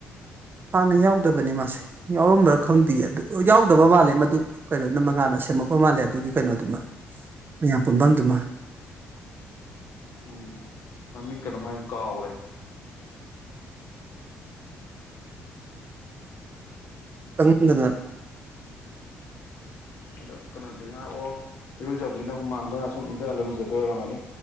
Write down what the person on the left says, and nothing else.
ꯎꯝ ꯃꯃꯤꯡ ꯀꯩꯅꯣꯝꯃ ꯀꯥꯎꯔꯦ
ꯑꯗꯣ ꯀꯩꯅꯣꯗꯤ ꯉꯥꯏꯍꯥꯛ ꯑꯣ ꯏꯔꯨꯖꯕꯁꯤꯅ ꯍꯨꯃꯥꯡꯗꯣ ꯉꯥꯏꯍꯥꯛ ꯁꯨꯝ ꯏꯟꯊꯜꯂ ꯂꯨꯖꯗꯕ ꯑꯣꯏꯔꯝꯒꯅꯤ